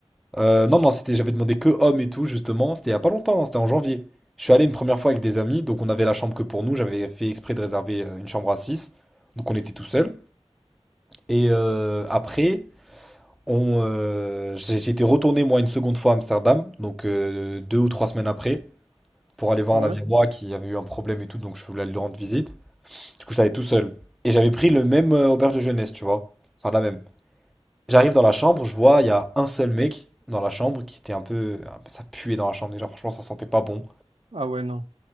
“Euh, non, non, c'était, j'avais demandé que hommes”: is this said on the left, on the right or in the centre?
Centre